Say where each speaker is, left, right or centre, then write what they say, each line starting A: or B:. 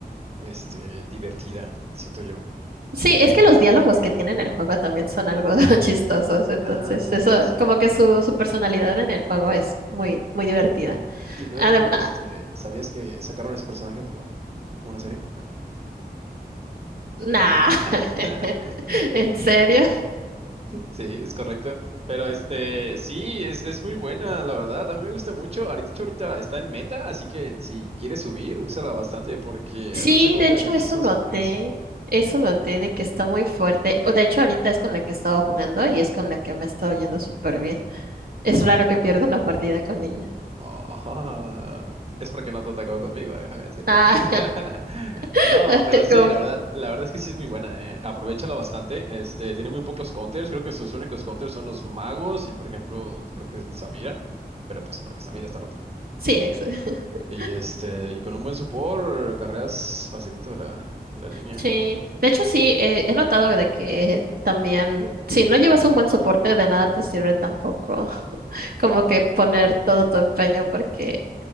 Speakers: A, on the right (about 35°); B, on the right (about 60°).
A: este, divertida, siento yo.
B: Sí, es que los diálogos que tiene en el juego también son algo <laughs> chistosos, entonces
A: Ah, aparte,
B: eso,
A: sí.
B: como que su, su personalidad en el juego es muy, muy divertida.
A: Y luego,
B: Además,
A: este, ¿sabías que sacaron ese personaje por una serie?
B: nah,
A: <laughs>
B: <laughs> ¿en serio?
A: Sí, es correcto. Pero este, sí, es, es muy buena, la verdad. A mí me gusta mucho. Ahorita, de hecho, ahorita está en meta, así que si quieres subir, úsala bastante porque
B: Sí,
A: la saca counter
B: de hecho
A: a muchísimos
B: eso noté,
A: campeones.
B: eso noté de que está muy fuerte. Bu- De hecho ahorita es con la que he estado jugando y es con la que me ha estado yendo súper bien. Es raro que pierda una partida con ella.
A: Oh, <laughs> es porque no te atacó conmigo, déjame decirte.
B: Ah,
A: <laughs>
B: <laughs>
A: No, pero sí,
B: como-
A: la verdad, la verdad es que sí es muy buena, ¿eh? Aprovechala bastante. Este, tiene muy pocos counters. Creo que sus únicos counters son los magos y, por ejemplo, creo que Samira. Pero pues porque Samira está rota.
B: sí, eso. <laughs>
A: Y este, y con un buen support, carreras facilito la, la línea.
B: Sí, de hecho sí, eh, he notado de que también si no llevas un buen soporte de nada te sirve tampoco <laughs> como que poner todo tu empeño porque